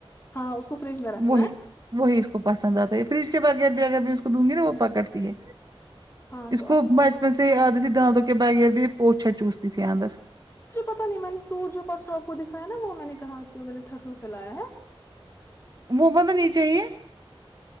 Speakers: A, on the left (about 20°); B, on the right (about 40°).
A: ہاں اس کو فریج میں رکھنا
B: وہی
A: ہے
B: وہی اس کو پسند آتا ہے فریج کے بغیر بھی اگر میں اس کو دوں گی نا وہ پکڑتی ہے
A: ہاں
B: اس
A: تو
B: کو
A: اچھا
B: بچپن
A: دیکھو،
B: سے یاد تھی دھانتوں کے بغیر بھی پوچھا چوستی تھی اندر
A: مجھے پتا نہیں میں نے سوٹ جو پرسوں آپ کو دکھایا نا وہ میں نے کہا جو میں نے ٹرو سے لایا ہے
B: وہ بند نہیں چاہیے